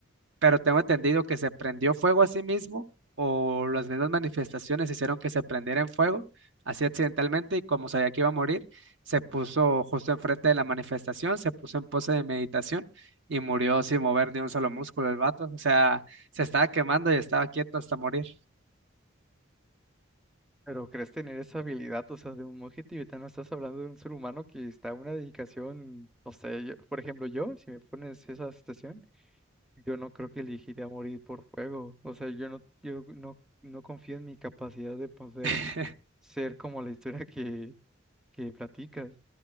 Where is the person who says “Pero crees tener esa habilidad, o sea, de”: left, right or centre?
Centre